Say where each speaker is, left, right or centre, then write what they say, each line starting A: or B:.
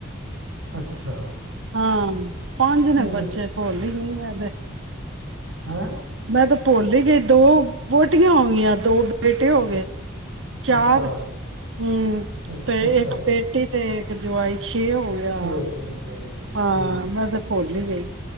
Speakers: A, on the right (about 85°); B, on the right (about 70°).
A: ਅੱਛਾ।
B: ਹਾਂ, ਪੰਜ
A: ਉਹ
B: ਨੇ ਬੱਚੇ, ਭੁੱਲੀ ਗਈ ਆ, ਤੇ।
A: ਹੈਂ?
B: ਮੈਂ, ਤਾਂ ਭੁੱਲ ਹੀ ਗਈ, ਦੋ ਵਹੁਟੀਆਂ ਹੋ ਗਈਆਂ, ਦੋ ਬੇਟੇ ਹੋ ਗਏ। ਚਾਰ,
A: ਅੱਛਾ
B: ਹਮ
A: ਅੱਛਾ
B: ਤੇ, ਇੱਕ
A: ਅੱਛਾ
B: ਬੇਟੀ ਤੇ, ਇੱਕ ਜਵਾਈ। ਛੇ, ਹੋ ਗਿਆ,
A: ਛੇ ਹੋ ਗਏ ਅੱਛਾ ਅੱਛਾ
B: ਹਾਂ
A: ਛੇ
B: ਮੈਂ ਤੇ ਭੁੱਲ ਹੀ ਗਈ।